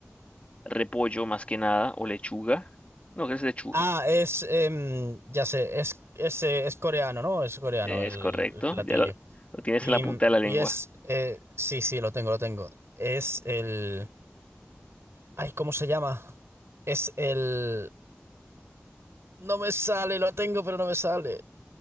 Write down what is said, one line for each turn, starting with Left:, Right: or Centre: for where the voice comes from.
Left: repollo más que nada o lechuga. No, que es lechuga.
Right: Ah, es, em, ya sé, es, es, eh, es coreano, ¿no? Es coreano
Left: Es
Right: el,
Left: correcto,
Right: el platillo.
Left: ya lo, lo tienes
Right: Y,
Left: en la punta de la lengua.
Right: y es, eh, sí, sí, lo tengo, lo tengo. Es el... Ay, ¿cómo se llama? Es el... No me sale, lo tengo, pero no me sale.